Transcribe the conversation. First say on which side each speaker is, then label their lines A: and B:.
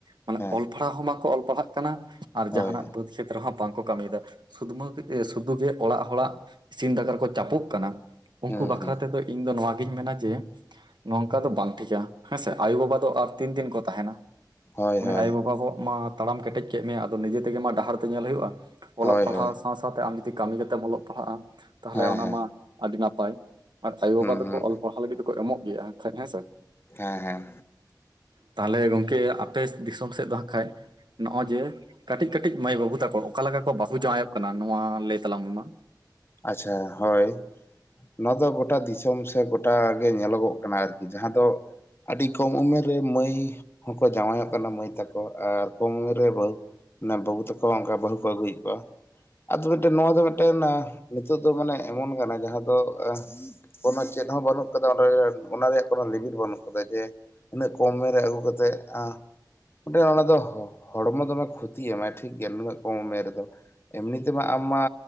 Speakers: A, on the right; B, on the left.
A: ᱢᱟᱱᱮ
B: ᱦᱮᱸ
A: ᱚᱞ ᱯᱟᱲᱦᱟᱣ ᱦᱚᱸ ᱵᱟᱠᱚ ᱚᱞ ᱯᱟᱲᱦᱟᱜ ᱠᱟᱱᱟ ᱟᱨ
B: ᱦᱳᱭ
A: ᱡᱟᱦᱟᱱᱟᱜ ᱵᱟᱹᱛ? ᱠᱷᱮᱛ ᱨᱮᱦᱚᱸ ᱵᱟᱝ ᱠᱚ ᱠᱟᱹᱢᱤᱭᱮᱫᱟ ᱥᱩᱫᱢᱟᱹ ᱥᱩᱫᱷᱩ ᱜᱮ ᱚᱲᱟᱜ ᱾ ᱦᱚᱲᱟᱜ ᱤᱥᱤᱱ ᱫᱟᱠᱟ ᱨᱮ ᱠᱚ ᱪᱟᱯᱚᱜ ᱠᱟᱱᱟ ᱩᱱᱠᱩ
B: ᱦᱩᱸ
A: ᱵᱟᱠᱷᱨᱟ
B: ᱦᱩᱸ
A: ᱛᱮᱫᱚ ᱤᱧ ᱫᱚ ᱱᱚᱣᱟᱜᱤᱧ ᱢᱮᱱᱟ ᱡᱮ? ᱱᱚᱝᱠᱟ ᱫᱚ ᱵᱟᱝ ᱴᱷᱤᱠᱟ ᱦᱮᱸᱥᱮ ᱟᱭᱩᱵᱟᱵᱟ ᱫᱚ ᱟᱨ ᱛᱤᱱ ᱫᱤᱱ ᱠᱚ ᱛᱟᱦᱮᱱᱟ?
B: ᱦᱳᱭ
A: ᱚᱱᱮ
B: ᱦᱳᱭ
A: ᱟᱭᱳᱼᱵᱟᱵᱟ ᱠᱚᱜ ᱢᱟ ᱛᱟᱲᱟᱢ ᱠᱮᱴᱮᱡ ᱠᱮᱫ ᱢᱮᱭᱟᱭ ᱟᱫᱚ ᱱᱤᱡᱮ ᱛᱮᱜᱮ ᱢᱟ ᱰᱟᱦᱟᱨ ᱫᱚ ᱧᱮᱞ ᱦᱩᱭᱩᱜᱼᱟ᱾ ᱚᱞᱚᱜ
B: ᱦᱳᱭ
A: ᱯᱟᱲᱦᱟᱣ
B: ᱦᱳᱭ
A: ᱥᱟᱶ ᱥᱟᱶᱶᱛᱮ ᱟᱢ ᱡᱩᱚᱫᱤ ᱠᱟᱹᱢᱤ ᱠᱟᱛᱮᱢ ᱚᱞᱚᱜ ᱯᱟᱲᱦᱟᱜᱼᱟ ᱛᱟᱦᱚᱞᱮ
B: ᱦᱮᱸ
A: ᱚᱱᱟ
B: ᱦᱮᱸ
A: ᱢᱟ ᱟᱹᱰᱤ ᱱᱟᱯᱟᱭ᱾ ᱟᱨ ᱟᱭᱳᱵᱟᱵᱟ
B: ᱦᱩᱸ
A: ᱫᱚᱠᱚ
B: ᱦᱩᱸ
A: ᱚᱞ ᱯᱟᱲᱦᱟᱣ ᱞᱟᱹᱜᱤᱫ ᱫᱚᱠᱚ ᱮᱢᱚᱜ ᱜᱮᱭᱟ ᱠᱷᱟᱡ ᱦᱮᱸᱥᱮ᱾
B: ᱦᱮᱸ ᱦᱮᱸ
A: ᱛᱟᱦᱞᱮ ᱜᱚᱝᱠᱮ ᱟᱯᱮ ᱫᱤᱥᱚᱢ ᱥᱮᱫ ᱫᱚ ᱦᱟᱸᱜ ᱠᱷᱟᱡ? ᱱᱚᱜ ᱚᱭ ᱡᱮ ᱠᱟᱹᱴᱤᱡ ᱠᱟᱹᱴᱤᱡ ᱢᱟᱹᱭ ᱵᱟᱹᱵᱩ ᱛᱟᱠᱚ ᱚᱠᱟ ᱞᱮᱠᱟ ᱠᱚ ᱵᱟᱹᱦᱩ ᱡᱟᱶᱟᱭᱚᱜ ᱠᱟᱱᱟ ᱱᱚᱣᱟ ᱞᱟᱹᱭ ᱛᱟᱞᱟᱝ ᱢᱮ ᱢᱟ ᱾
B: ᱟᱪᱪᱷᱟ ᱦᱳᱭ ᱱᱚᱣᱟ ᱫᱚ ᱜᱚᱴᱟ ᱫᱤᱥᱚᱢ ᱥᱮ ᱜᱚ᱾ ᱜᱚᱴᱟ ᱜᱮ ᱧᱮᱞᱚᱜᱚᱜ ᱠᱟᱱᱟ ᱟᱨᱠᱤ ᱡᱟᱦᱟᱸ ᱫᱚ ᱾ ᱟᱹᱰᱤ ᱠᱚᱢ ᱩᱢᱮᱨ ᱨᱮ ᱢᱟᱹᱭ ᱦᱚᱸᱠᱚ ᱡᱟᱶᱟᱭᱚᱜ ᱠᱟᱱᱟ ᱢᱟᱹᱭ ᱛᱟᱠᱚ ᱟᱨ ᱠᱚᱢ ᱩᱢᱮᱨ ᱨᱮ ᱵᱟᱹᱦᱩ᱾ ᱱᱟ ᱵᱟᱵᱩ ᱛᱟᱠᱚ ᱚᱱᱠᱟ ᱵᱟᱹᱦᱩ ᱠᱚ ᱟᱹᱜᱩᱭᱮᱫ ᱠᱚᱣᱟ ᱟᱫᱚ ᱢᱤᱫᱴᱮᱱ ᱱᱚᱣᱟ ᱫᱚ ᱢᱤᱫᱴᱮᱱ ᱾ ᱱᱤᱛᱳᱜ ᱫᱚ ᱢᱟᱱᱮ ᱮᱢᱚᱱ ᱠᱟᱱᱟ ᱡᱟᱦᱟᱸ ᱫᱚ᱾ ᱠᱳᱱᱳ ᱪᱮᱫ ᱦᱚᱸ ᱵᱟᱹᱱᱩᱜ ᱠᱟᱫᱟ ᱚᱱᱟ ᱨᱮ ᱚᱱᱟ ᱨᱮᱭᱟᱜ ᱠᱳᱱᱳ ᱞᱤᱢᱤᱴ ᱵᱟᱹᱱᱩᱜ ᱠᱟᱫᱟ ᱡᱮ? ᱤᱱᱟᱹᱜ ᱠᱚᱢ ᱩᱢᱮᱨ ᱨᱮ ᱟᱹᱜᱩ ᱠᱟᱛᱮᱫ ᱟ? ᱢᱤᱫᱴᱮᱱ ᱚᱱᱟ ᱫᱚ ᱦᱚᱲᱢᱚ ᱫᱚᱢᱮ ᱠᱷᱚᱛᱤ ᱮᱢᱟᱭ ᱴᱷᱤᱠ ᱜᱮᱭᱟ ᱱᱩᱱᱟᱹᱜ ᱠᱚᱢ ᱩᱢᱮᱨ ᱨᱮᱫᱚ ᱾ ᱮᱢᱱᱤ ᱛᱮᱢᱟ ᱟᱢ ᱢᱟ